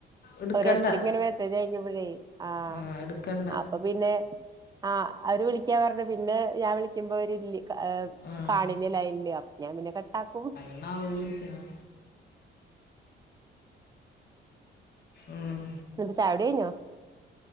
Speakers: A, on the left; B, on the right.
A: എടുക്കണ്ട
B: ഓരോരുത്തരിങ്ങനെ മെസ്സേജ് അയക്കുമ്പഴേ ആഹ്
A: ആ എടുക്കണ്ട
B: അപ്പൊ പിന്നെ ആഹ് അവര് വിളിക്കാ പറഞ്ഞു പിന്നെ ഞാൻ വിളിക്കുമ്പോ അവര് ഏഹ്
A: ആ
B: കാണില്ല ലൈൻല് അപ്പ ഞാൻ പിന്നെ കട്ടാക്കും.
A: ന്നാ അവര് വിളിക്കണം ഉം
B: ന്നിട്ട് ചായടിയ്ഞ്ഞാ